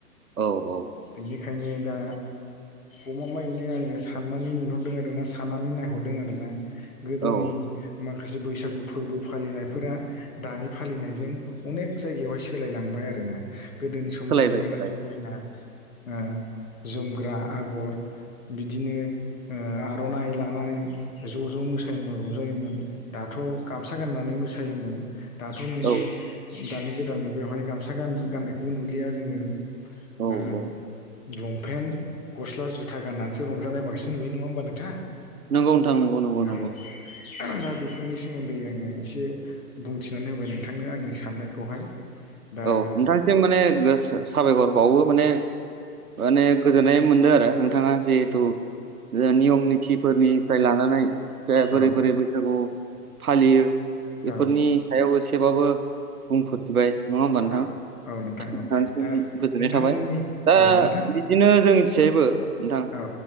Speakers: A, on the right; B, on the left.
A: औ औ
B: बेनिखायनो दा उम गमामायैनो आङो साननानै मोनहरदों आरो ना साननानै नायहरदों आर ना गोदोनि
A: औ
B: माखासे बैसागु फोरबो फालिनायफोरा दानि फालिनायजों अनेक जायगायावहाय सोलायलांबाय बाय आरोना गोदोनि समाव
A: सोलायबाय
B: समायना
A: सोलायबाय
B: रमायना ओ जोमग्रा आगर बिदिनो ओ आर'नाइ लानानै ज' ज' मोसायोमोन रंजायोमोन द दाथ' गामसा गाननानै मोसायोमोन दाथ' नोङो
A: औ
B: दानि गोदान मुगायावहाय गामसा गान गाननायखौबो नुलिया जोङो
A: औ
B: ओ
A: औ
B: लंपेन्ट गस्ला जुथा गाननानैसो रंजानाय बांसिन नुयो नङा होमबा नोंथां
A: नंगौ नोंथां नंगौ नंगौ
B: औ
A: नंगौ
B: दा बेफोरनि सायाव सोमोन्दै आङो एसे बुंथिनानै होबाय नोंथांनो आंनि साननायखौहाय दा
A: औ नोंथांसिम माने गोस साबायखर बावो माने माने गोजोननाय मोनदों आरो नोंथाङा जिहेथु ओ नियम नितिफोरनिफ्राय लानानै दे बोरै
B: औ
A: बोरै बैसागु फालियो बेफोरनि
B: औ
A: सायाव एसे एसेबाबो बुंफोरफिबाय नङा होमबा नोंथां
B: औ औ नोंथां
A: नोंथांसिम
B: औ दा
A: गोजोननाय
B: नोंथांमोननि
A: थाबाय दा
B: औ नोंथां
A: बिदिनो जोंनि सेबो नोंथां
B: औ